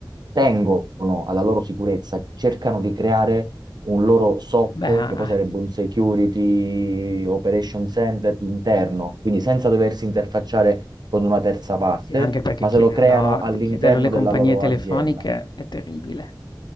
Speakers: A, on the right; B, on the left.
A: tengono alla loro sicurezza, cercano di creare un loro SOC,
B: Beh,
A: che poi
B: ah,
A: sarebbe un Security Operation Center interno, quindi senza doversi interfacciare con una terza parte,
B: sì, anche perché
A: ma
B: chiederlo,
A: se lo creano all'interno
B: chiederlo alle compagnie
A: della loro
B: telefoniche
A: azienda.
B: è terribile.